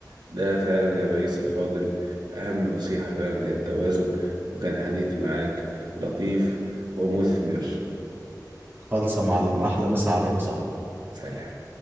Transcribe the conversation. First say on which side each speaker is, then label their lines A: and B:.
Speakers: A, on the right (about 80°); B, on the right (about 30°).
A: ده فعلا يا رئيس الفاضل أهم نصيحة فعلا هي التوازن وكان حديث معاك لطيف ومثمر
B: خالصة يا معلم أحلى مسا عليك يا صاحبي
A: سالي